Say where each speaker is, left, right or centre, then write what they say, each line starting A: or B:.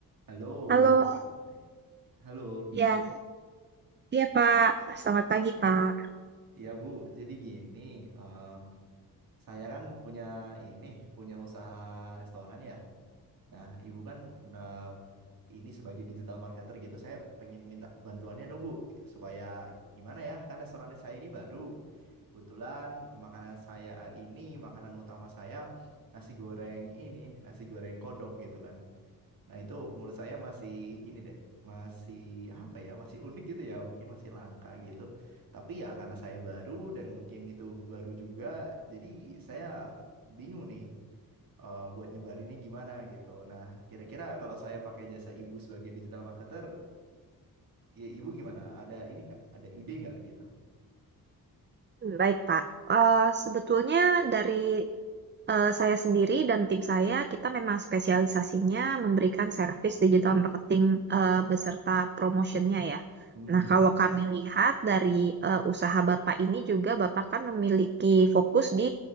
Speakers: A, on the right (about 65°); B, on the right (about 30°).
A: Halo,
B: Halo,
A: selamat- halo.
B: ya, iya Pak. Selamat pagi Pak.
A: ya Bu, jadi gini, eh, saya kan punya ini, punya usaha restoran ya. Nah, Ibu kan nah, ini sebagai digital marketer gitu, saya pengen minta bantuannya dong Bu, supaya gimana ya, kan restorannya saya ini baru. Kebetulan makanan saya ini, makanan utama saya nasi goreng ini, nasi goreng kodok gitu kan. Nah, itu menurut saya masih ini deh, masih apa ya, masih unik gitu ya, mungkin masih langka gitu. Tapi ya karena saya baru dan mungkin itu baru juga, jadi saya bingung nih eh, buat nyebarinnya gimana gitu. Nah, kira-kira kalau saya pakai jasa ibu sebagai digital marketer, i- ibu gimana? Ada ini nggak? Ada ide nggak gitu?
B: Hmm, Baik, Pak. Eh, sebetulnya dari eh, saya sendiri dan tim saya, kita memang spesialisasinya memberikan servis digital marketing eh, beserta promotionnya ya.
A: Hmm,
B: Nah, kalau kami lihat dari eh, usaha Bapak ini juga, Bapak kan memiliki fokus di